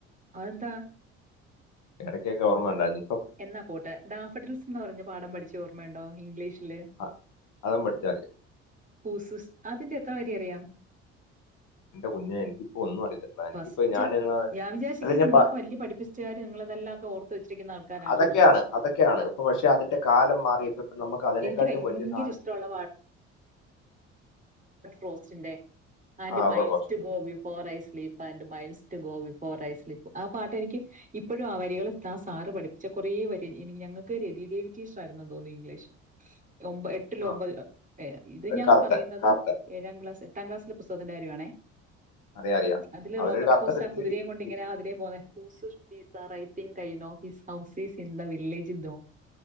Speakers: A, on the right (about 20°); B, on the left (about 60°).
A: അതെന്താ
B: എടക്കൊക്കെ ഓർമ്മയുണ്ടാരുന്ന്
A: എന്നാ പോട്ടെ നാഫഡ്‌ൽസ് ന്ന് പറഞ്ഞ പാഠം പഠിച്ചേ ഓർമ്മയുണ്ടോ ഇംഗ്ലീഷില്
B: അ അതും പഠിച്ചാ അറിയാം.
A: ഹൂസസ് അതിന്റെ എത്ര വരി അറിയാം
B: എന്റെ കുഞ്ഞേ എനിക്കിപ്പോ ഒന്നും അറിയത്തില്ല. എനിക്കിപ്പോ
A: ഫസ്റ്റ്
B: ഞാനെന്ന്
A: ഞാൻ വിചാരിച്ചേക്കുന്നെ
B: അല്ല ഞാൻ
A: നിങ്ങളൊക്കെ
B: പ
A: വലിയ പഠിപ്പിസ്റ്റ്കാര് നിങ്ങള് ഇതെല്ലാം ത ഓർത്ത് വെച്ചിരിക്കുന്ന ആൾക്കാരാണെന്നാ
B: അതൊക്കെയാണ് അതൊക്കെയാണ് ഇപ്പൊ പക്ഷെ അതിന്റെ കാലം മാറി ഇപ്പൊ നമുക്ക് അതിനെക്കാട്ടും
A: എനിക്ക് ഭയങ്കര
B: വലിയ സാധനം
A: ഇഷ്ടമുള്ള റോസിന്റെ ആൻഡ്
B: ആ
A: miles to
B: പ്രൊഫഷ
A: go before a sleep and miles go before sleep ആ പാട്ടെനിക്ക് ഇപ്പഴും ആ വരികൾ ത സാറ് പഠി ച്ച കൊറേ വരെ ഇനി ഞങ്ങക്ക് രതിദേവി ടീസ്ച്ചറായിരുന്നെന്ന് തോന്നു ഇംഗ്ലീഷി ഒമ്പ എട്ടിലോ
B: ആ
A: ഒമ്പതിലോ ഏ ഇത്
B: ഒരു
A: ഞാൻ
B: കറുത്ത,
A: പറയുന്നത്
B: കറുത്ത.
A: ഏഴാം ക്ലാസ് എട്ടാംക്ലാസിലെപുസ്തകത്തിന്റെ കാര്യാണേ
B: അറിയാം, അറിയാം.
A: ഉം അതില്
B: അവരൊരു
A: റോബർട്ട്
B: കറുത്ത
A: ഫോസ് ആ കുതിരേം
B: ലേഡി
A: കൊണ്ടിങ്ങനെ
B: ടീച്ചറ്.
A: അതിലേ പോന്നെ whose sir I think I know his houses in the വില്ലേജ്തോ